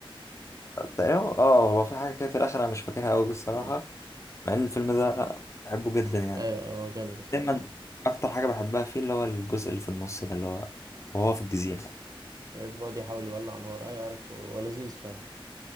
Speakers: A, on the left (about 30°); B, on the right (about 40°).
A: تقريبا اه هو في حاجه كده في الاخر انا مش فاكرها قوي بصراحه
B: مم.
A: مع ان الفيلم ده بحبه جدا يعني
B: ايوه ايوه جامد افتكرت
A: دايما اكتر حاجه بحبها فيه اللي هو الجزء اللي في النص ده اللي هو وهو في الجزيره
B: تقريبا بيقعد يحاول يولع نار ايوه عرفته هو لذيذ فعلا